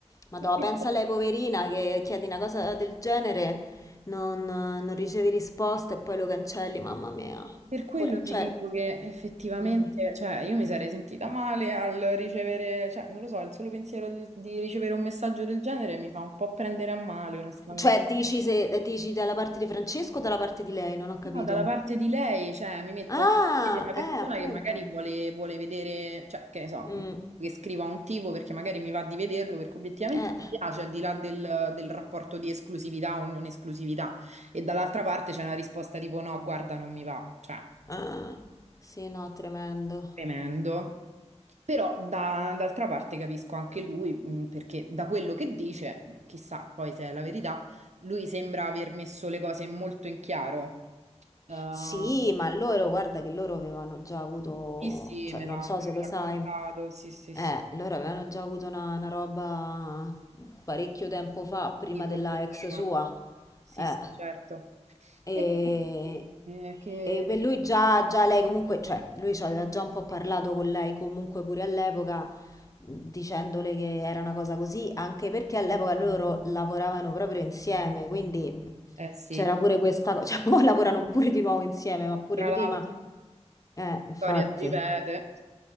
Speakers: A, on the left; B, on the right.
A: Madò,
B: <laughs>
A: pensa a lei poverina che chiedi una cosa del genere, non, non ricevi risposta e poi lo cancelli, mamma mia.
B: Per quello
A: Pure,
B: ti
A: cioè,
B: dico che effettivamente,
A: mhm.
B: cioè, io mi sarei sentita male al ricevere, cioè, non lo so, il solo pensiero di, di ricevere un messaggio del genere mi fa un po' prendere a male, onestamente.
A: Cioè, dici, se, eh, dici dalla parte di Francesco o dalla parte di lei? Non ho
B: No,
A: capito.
B: dalla parte di lei, cioè, mi metto
A: Ah,
B: nei piedi di una persona
A: eh, appunto.
B: che magari vuole, vuole vedere, cioè, che ne so,
A: Mm,
B: che scriva un tipo perché magari mi va di vederlo, perché obiettivamente
A: eh.
B: mi piace, al di là del, del rapporto di esclusività o non esclusività. E dall'altra parte c'è una risposta tipo no, guarda, non mi va, cioè,
A: Ah, sì, no, tremendo.
B: tremendo. Però da- d'altra parte capisco anche lui, mh, perché da quello che dice, chissà poi se è la verità, lui sembra aver messo le cose molto in chiaro. Ehm,
A: Sì, ma loro, guarda che loro avevano già avuto,
B: Sì, sì,
A: cioè,
B: me
A: non
B: l'ha
A: so
B: me
A: se
B: l'ha
A: lo sai.
B: raccontato, sì, sì,
A: Eh,
B: sì,
A: loro avevano già avuto una, una roba parecchio tempo fa, prima
B: di molto
A: della ex
B: prima,
A: sua.
B: sì,
A: Eh.
B: sì, certo.
A: E,
B: E quindi, eh, che,
A: e per lui già, già lei comunque, cioè, lui ci aveva già un po' parlato con lei comunque pure all'epoca, dicendole che era una cosa così, anche perché all'epoca loro lavoravano proprio insieme, quindi
B: eh sì,
A: c'era pure questa cosa, <laughs> cioè, poi lavorano pure di nuovo insieme, ma pure
B: tra
A: prima.
B: l'altro la
A: Eh, infatti.
B: storia si ripete.